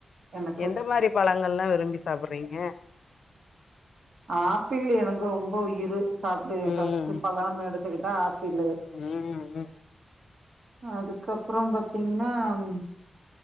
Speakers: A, on the right; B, on the left.
A: எனக்கு
B: எந்த மாரி பழங்கள்லா விரும்பி சாப்பிறீங்க
A: ஆப்பிள் எனக்கு ரொம்போ உயிரு சாப்டுவே
B: ம்
A: ஃபஸ்ட் பழோன் எடுத்துக்கிட்டா ஆப்பிளு
B: ம் ம்
A: அதுக்கப்றோ பாத்தீங்னா ம்